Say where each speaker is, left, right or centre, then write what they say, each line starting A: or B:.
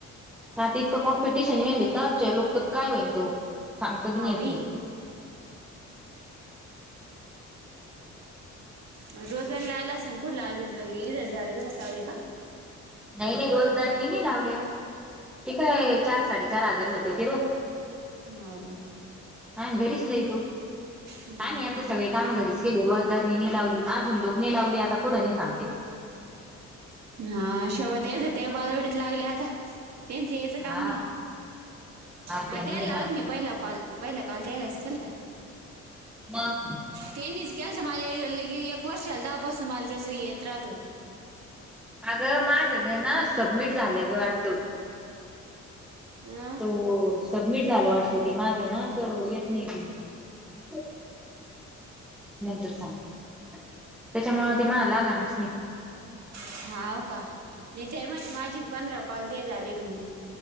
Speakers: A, in the centre; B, on the right (about 60°).
A: आता इतकं कॉम्पिटिशन वेन तरच्या लोक तर काय होईन तो सांगती
B: हा
A: नाही
B: बाई
A: आपल्या
B: रोज्र ला आला असग कुडला आली इ जर दोससा आवली
A: नाही नाही रोजदारनी नाही लावल्या त काय चार साडी चार आगर होत त र
B: ह का
A: आम्ही घरीच लय तो
B: हम्म.
A: आम्ही यंद सगळे काम घरीच केले रोजदारनी नाही लावली अजून लोक न लावले आता पुढं नाही सांगते.
B: हा शोबत यच त्या बाजवडीत लागल्या आता त्यांच यायचं काम
A: हा
B: नाही हा
A: त्यांनी
B: त्याय
A: येतात
B: लागलत मी पहिला कॉल पहिला कल द्यायलास केल तर
A: म
B: तेनीच केलं तर मला एक वर्ष आला दहापासून मला त्याच येत राहतो
A: अगं माझं ग ना सबमिट झालं ग वाटतं
B: हम
A: हो सबमिट झालं वाटत त माझं ना तर येत नाही त नंतर सांग त्याच्यामु ते मा लागा नाच नाही
B: होा का नाही ते म्हणे माझी पंधरा कॉल ते झाले म्हणे